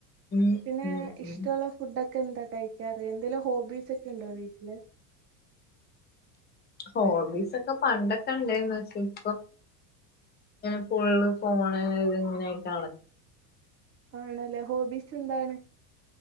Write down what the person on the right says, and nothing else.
പിന്നെ
ഇഷ്ടോള്ള
ഫുഡൊക്കെ ന്താ കഴിക്കാറ്? എന്തെലും ഹോബീ സെക്കെ ണ്ടോ വീട്ട്ല്?
ആണല്ലേ. ഹോബീസെന്താണ്?